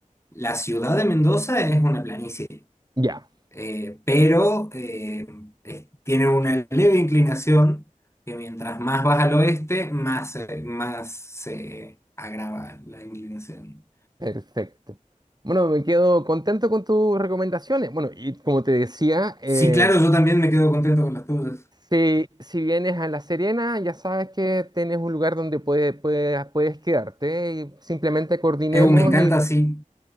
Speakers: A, on the left (about 20°); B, on the right (about 30°).
A: la ciudad de Mendoza es una planicie,
B: Ya,
A: eh, pero eh, es- tiene una leve inclinación que mientras más vas al oeste, más, eh, más se agrava la inclinación.
B: perfecto. Bueno, me quedo contento con tus recomendaciones. Bueno, y como te decía, eh,
A: Sí, claro, yo también me quedo contento con las tuyas.
B: si, si vienes a La Serena, ya sabes que tienes un lugar donde puede- puede- puedes quedarte y simplemente coordinemos
A: Eu, me encanta,
B: y...
A: sí.